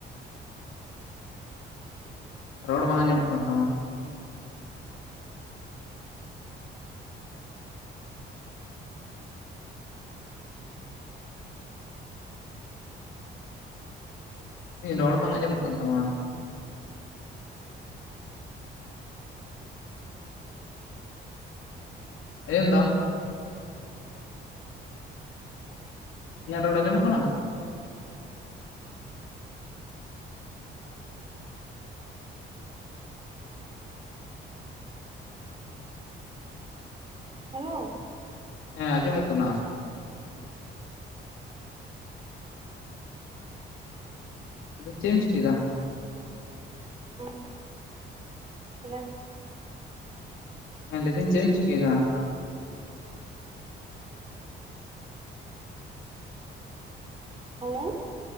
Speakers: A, on the left; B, on the right.
A: ᱨᱚᱲ ᱵᱟᱝ ᱟᱸᱡᱚᱢᱚᱜ ᱠᱟᱱ ᱛᱟᱢᱟ ᱾ <unintelligible> ᱨᱚᱲ ᱵᱟᱝ ᱟᱸᱡᱚᱢᱚᱜ ᱠᱟᱱ ᱛᱟᱢᱟ ᱾ ᱟᱸᱡᱚᱢ ᱫᱟᱢ? ᱤᱧᱟᱜ ᱨᱚᱲ ᱟᱸᱡᱚᱢᱚᱜ ᱠᱟᱱᱟ?
B: ᱦᱟᱞᱳ ᱾
A: ᱦᱮᱸ, ᱟᱸᱡᱚᱢᱚᱜ ᱠᱟᱱᱟ ᱾ <unintelligible> ᱮᱢ ᱪᱤᱠᱟᱹᱭ ᱫᱟ?
B: ᱦᱮᱸ <unintelligible>
A: ᱦᱮᱸ ᱞᱟᱹᱭ ᱮᱫᱟᱹᱧ ᱪᱮ ᱮᱢ ᱪᱤᱠᱟᱹᱭᱫᱟ?
B: ᱦᱟᱞᱳ ᱾